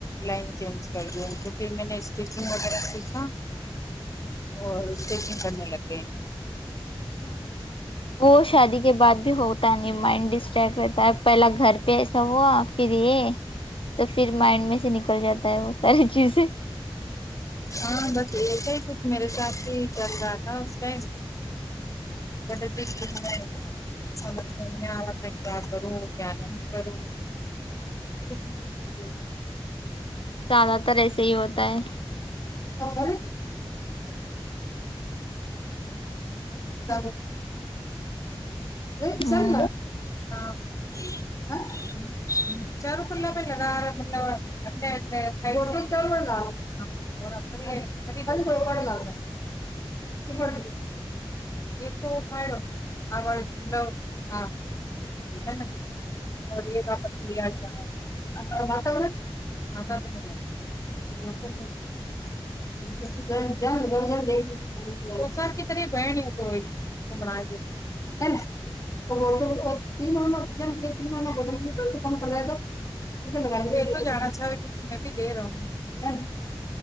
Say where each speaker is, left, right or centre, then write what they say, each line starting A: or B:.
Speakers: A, on the left; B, on the left.
A: لائن چینج کر دوں تو پھر میں نے اسٹیچنگ وغیرہ سیکھا اور اسٹیچنگ کرنے لگ گئی میں
B: اچھا وہ شادی کے بعد بھی ہو تا نہیں مائنڈ ڈسٹریکٹ رہتا ہے پہلا گھر پہ ایسا ہوا پھر یہ تو پھر مائنڈ میں سے نکل جاتا ہے وہ ساری چیزیں
A: ہاں بس ایسے ہی کچھ میرے ساتھ بھی چل رہا تھا اس ٹائم <unintelligible> سمجھ میں نہیں آ رہا تھا کیا کروں کیا نہیں کروں <unintelligible>
B: زیادہ تر ایسے ہی ہوتا ہے
A: اور <unintelligible> <unintelligible>
B: ہوں
A: ہاں <unintelligible> <unintelligible> ایک تو <unintelligible> <unintelligible> <unintelligible> <unintelligible> ہ <unintelligible> <unintelligible> <unintelligible>